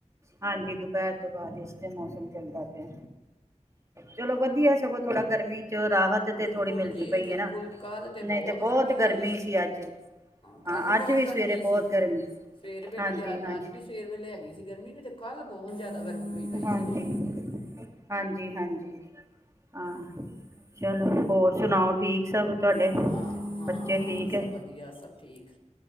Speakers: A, on the right (about 25°); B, on the left (about 45°).
A: ਹਾਂਜੀ। ਦੁਪਹਿਰ ਤੋਂ ਬਾਅਦ ਇਸ ਤਰ੍ਹਾਂ ਦਾ ਮੌਸਮ ਚੱਲਦਾ ਪਿਆ। ਚਲੋ ਵਧੀਆ। ਸਗੋ ਥੋੜਾ ਗਰਮੀ। ' ਤੋਂ ਰਾਹਤ ਤਾਂ
B: ਬਿਲਕੁਲ
A: ਥੋੜ੍ਹੀ ਮਿਲਦੀ
B: ਜੀ
A: ਪਈ
B: ਬਿਲਕੁਲ
A: ਹੈ ਨਾ
B: ਕੱਲ੍ਹ
A: ਨਹੀਂ ਤਾਂ ਬਹੁਤ
B: ਹੋਈ
A: ਗਰਮੀ ਸੀ ਅੱਜ।
B: ਕੱਲ੍ਹ
A: ਹਾਂ
B: ਬਹੁਤ
A: ਅੱਜ ਵੀ
B: ਗਰਮੀ
A: ਸਵੇਰੇ
B: ਸੀ
A: ਬਹੁਤ ਗਰਮੀ
B: ਸਵੇਰ ਵੇਲੇ
A: ਹਾਂਜੀ।
B: ਤੇ ਅੱਜ
A: ਹਾਂਜੀ
B: ਅੱਜ ਵੀ ਸਵੇਰ ਵੇਲੇ ਹੈਗੀ ਸੀ ਗਰਮੀ। ਨਈ ਤੇ ਕੱਲ੍ਹ ਬਹੁਤ ਬਹੁਤ ਜ਼ਿਆਦਾ ਗਰਮੀ ਹੋਈ ਪਈ
A: ਹਾਂਜੀ
B: ਸੀ ਜੇ।
A: ਹਾਂਜੀ। ਹਾਂਜੀ ਹਾਂ, ਚਲੋ ਹੋਰ ਸੁਣਾਓ। ਠੀਕ ਸਭ ਤੁਹਾਡੇ
B: ਹਾਂ, ਹਾਂ,
A: ਬੱਚੇ
B: ਹਾਂ।
A: ਠੀਕ ਹੈ
B: ਸਭ ਵਧੀਆ ਸਭ ਠੀਕ।